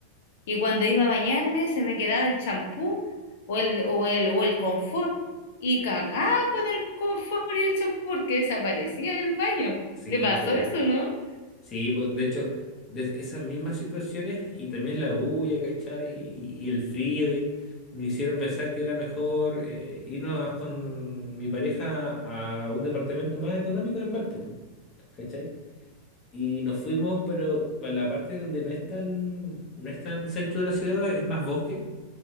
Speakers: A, on the left; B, on the left.
A: Y cuando iba a bañarme se me quedaba el champú o el, o el, o el confort. Y cagaba con el confort y el champú porque desaparecía del baño.
B: Sí,
A: ¿Te pasó
B: pues.
A: eso, no?
B: Sí, po. De hecho, de esas mismas situaciones y también la bulla, ¿cachai? Y, y el frío, y nos hicieron pensar que era mejor eh, irnos con mi pareja a un departamento más económico en Valpo, po, ¿cachai? Y nos fuimos, pero para la parte donde no es tan, no es tan centro de la ciudad, es más bosque.